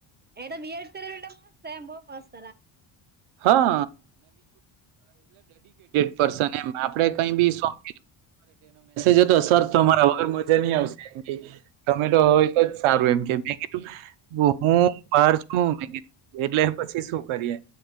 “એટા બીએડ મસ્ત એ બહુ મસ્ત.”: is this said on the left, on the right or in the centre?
Right